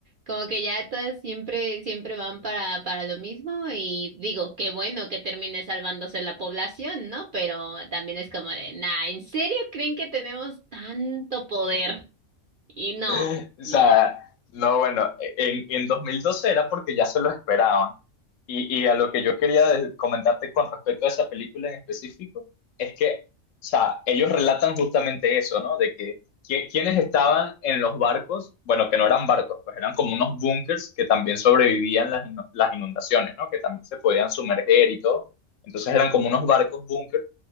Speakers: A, on the right (about 55°); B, on the left (about 70°).
A: como que ya todas siempre, siempre van para, para lo mismo y digo, qué bueno que termine salvándose la población, ¿no? Pero también es como de, nah, ¿en serio creen que tenemos tanto poder? Y no,
B: <laughs> O
A: no,
B: sea, no, bueno, e-, en, en dos mil doce era porque ya se lo esperaban. Y, y a lo que yo quería de- comentarte con respecto a esa película en específico, es que, o sea, ellos relatan justamente eso, ¿no? De que qui- quienes estaban en los barcos, bueno, que no eran barcos, pues eran como unos búnkers que también sobrevivían las, inu- las inundaciones, ¿no? Que también se podían sumerger y todo. Entonces eran como unos barcos búnker